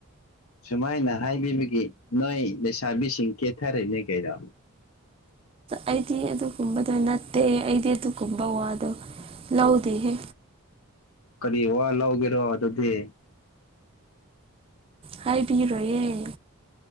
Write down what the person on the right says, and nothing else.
ꯑꯩꯗꯤ ꯑꯗꯨꯒꯨꯝꯕꯗꯣ ꯅꯠꯇꯦ ꯑꯩꯗꯤ ꯑꯗꯨꯒꯨꯝꯕ ꯋꯥꯗꯣ ꯂꯧꯗꯦꯍꯦ꯫
ꯍꯥꯏꯕꯤꯔꯣꯏꯌꯦ꯫